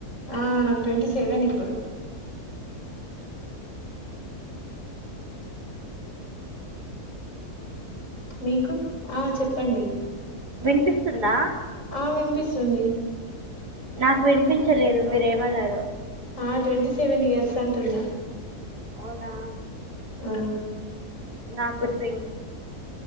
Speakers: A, on the left; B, on the right.
A: ఆ నాకు ట్వంటీ సెవెన్ ఇప్పుడు మీకు ఆ చెప్పండి
B: వినిపిస్తుంద
A: ఆ వినిపిస్తుంది
B: నాకు వినిపించలేదు మీర ఏమన్నారో
A: ఆ ట్వంటీ సెవెన్ ఇయర్స్ అంటున్న
B: అవునా
A: ఆ
B: నాకు <unintelligible>